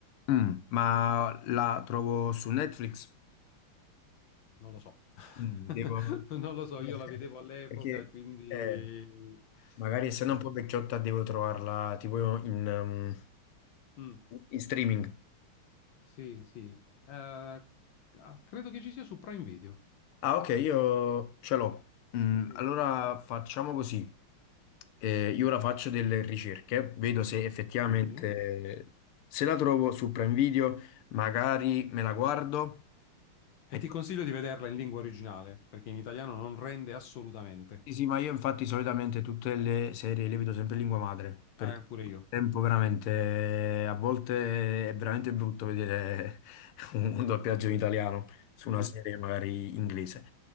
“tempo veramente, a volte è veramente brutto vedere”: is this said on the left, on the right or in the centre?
Left